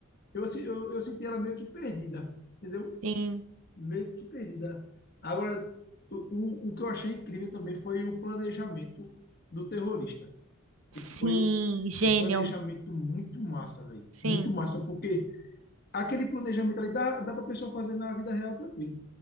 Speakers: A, on the left (about 45°); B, on the right (about 70°).
A: Eu, assim, eu, eu senti ela meio que perdida, entendeu?
B: Sim.
A: Meio que perdida. Agora, o, o, o que eu achei incrível também foi o planejamento do terrorista.
B: Sim.
A: Tipo, foi um,
B: Gênio.
A: um planejamento muito massa, velho.
B: Sim.
A: Muito massa, porque aquele planejamento ali dá, dá pra pessoa fazer na vida real tranquilo,